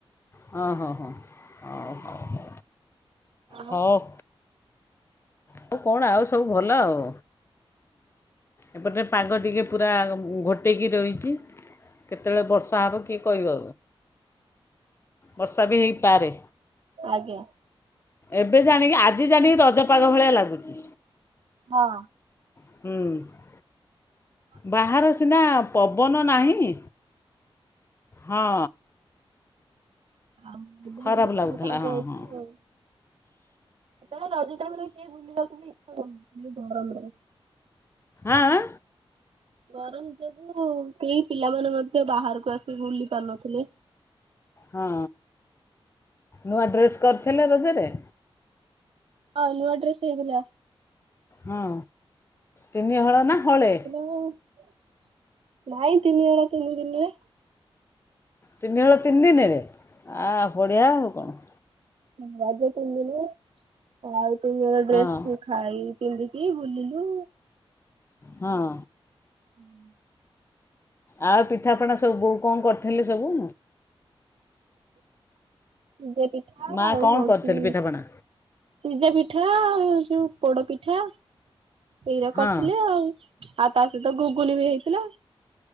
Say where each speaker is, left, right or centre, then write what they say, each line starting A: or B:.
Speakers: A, on the left; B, on the right.
A: ହଁ ହଁ ହଁ ଓ
B: ଆଉ
A: ହୋଉ। ଆଉ କଣ ଆଉ ସବୁ ଭଲ ଆଉ। ଏପଟେ ପାଗ ଟିକେ ପୁରା ଘୋଟେଇକି ରହିଛି। କେତେବେଳେ ବର୍ଷା ହବ କିଏ କହିବ ବର୍ଷା ବି ହେଇପାରେ।
B: ଆଜ୍ଞା
A: ଏବେ ଜାଣିକି ଆଜି ଜାଣିକି ରଜପାଗ ଭଳିଆ ଲାଗୁଛି।
B: ହଁ।
A: ହୁଁ। ବାହାରେ ସିନା ପବନ ନାହିଁ ହଁ।
B: ଆଉ ମୁ
A: ଖରାପ
B: ଭଲ
A: ଲାଗୁଥିଲା
B: ପାଗ
A: ହଁ
B: ହେଇଛି
A: ହଁ
B: ଆଉ ତା ରଜଟାକୁ ରହି ଏ ବୁଲିବାକୁ ବି <unintelligible> ଗରମରେ।
A: ଆଁ ଆଁ।
B: ଗରମ ଯୋଗୁ କେହି ପିଲାମାନେ ମଧ୍ୟ ବାହାରକୁ ଆସିି ବୁଲି ପାରୁନଥିଲେ।
A: ହଁ। ନୂଆ ଡ୍ରେସ୍ କରିଥିଲେ ରଜରେ?
B: ହଁ ନୂଆ ଡ୍ରେସ୍ ହେଇଥିଲା।
A: ହଁ ତିନି ହଳ ନା? ହଳେ
B: ହେଇଥିଲା ନାଇଁ ତିନି ହଳ ତିନି ଦିନିରେ।
A: ତିନି ହଳ ତିନି ଦିନିରେ, ଆ ବଢ଼ିଆ ଆଉ କଣ।
B: ହଁ ରଜ ତିନିଦିନି ଆଉ ତିନି ହଳ ଡ୍ରେସ୍
A: ହଁ
B: ଖାଇ ପିନ୍ଧିକି ବୁଲିଲୁ।
A: ହଁ।
B: ହୁଁ।
A: ଆଉ ପିଠାପଣା ସବୁ ବୋଉ କଣ କରିଥିଲେ ସବୁ?
B: ସିଜେ ପିଠା
A: ମା'
B: ଆଉ
A: କ'ଣ
B: ହଉଛି।
A: କରିଥିଲେ ପିଠାପଣା
B: ସିଜା ପିଠା ଆଉ ଯୋଉ ପୋଡ ପିଠା ଏଇରା
A: ହଁ
B: କରିଥିଲେ ଆଉ। ଆଉ ତା ସହିତ ଗୁଗୁନି ବି ହେଇଥିଲା।